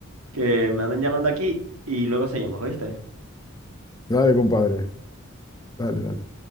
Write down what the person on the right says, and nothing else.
que me andan llamando aquí y luego seguimos, ¿oíste?